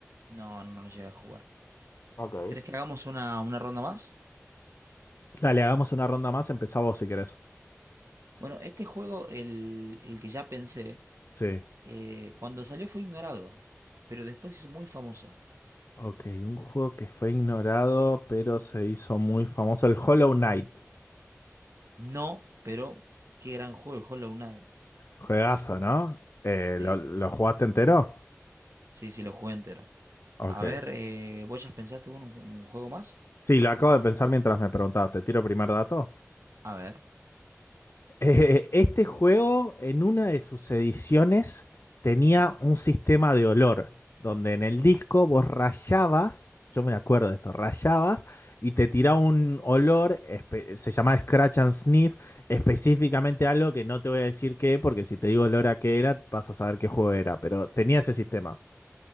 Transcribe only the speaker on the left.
Ok.
Dale, hagamos una ronda más. Empezá vos si querés.
Sí.
Ok, un juego que fue ignorado, pero se hizo muy famoso. El Hollow Knight.
Juegazo, ¿no? Eh,
¿lo,
lo
jugaste entero?
Ok.
Sí, lo acabo de pensar mientras me preguntabas. ¿Te tiro primer dato?
Eh, este juego, en una de sus ediciones, tenía un sistema de olor, donde en el disco vos rayabas, yo me acuerdo de esto, rayabas y te tiraba un olor, espe- se llamaba Scratch and Sniff, específicamente algo que no te voy a decir qué, porque si te digo olor a qué era, vas a saber qué juego era, pero tenía ese sistema.